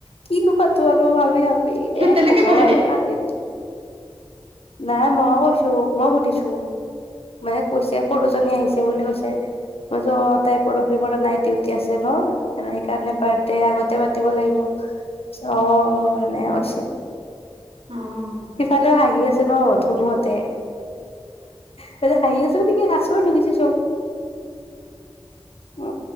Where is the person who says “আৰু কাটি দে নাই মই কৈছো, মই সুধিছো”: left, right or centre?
Left